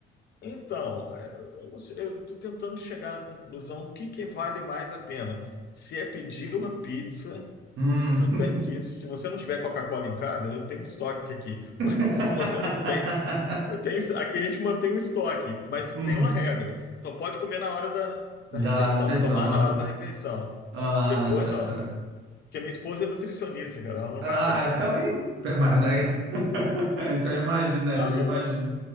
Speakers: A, on the left (about 55°); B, on the right (about 80°).
A: Então, é, eu não sei, eu estou tentando chegar na conclusão o que que vale mais a pena. Se é pedir uma pizza,
B: Hum.
A: tudo bem que se você não tiver Coca-Cola em casa, eu tenho estoque aqui. <laughs>
B: <laughs>
A: Mas se você não tem, tem, aqui a gente mantém o estoque, mas
B: Uhum.
A: tem uma regra. Só pode comer na hora da,
B: Da
A: da refeição,
B: refeição.
A: tomar
B: Ah,
A: na hora da refeição.
B: Ah,
A: Depois
B: tá.
A: não.
B: está.
A: Porque minha esposa é nutricionista, cara, ela não
B: Ah,
A: vai aceitar.
B: então, ih, pe- mas, né? <laughs> Então imagina aí,
A: Ela
B: eu
A: não
B: imagino,
A: vai.